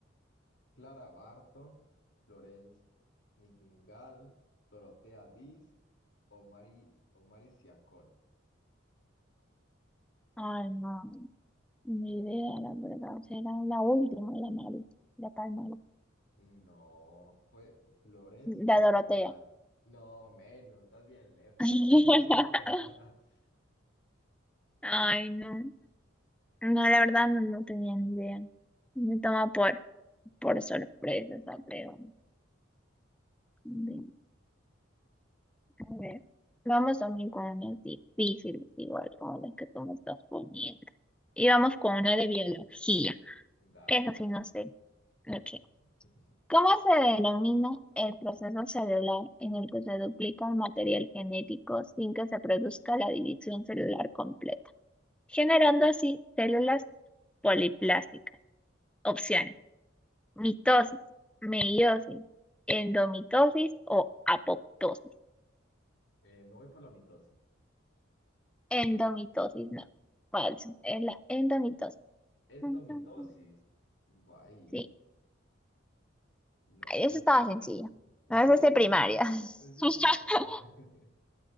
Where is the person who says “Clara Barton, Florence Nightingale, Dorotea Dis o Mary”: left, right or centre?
Left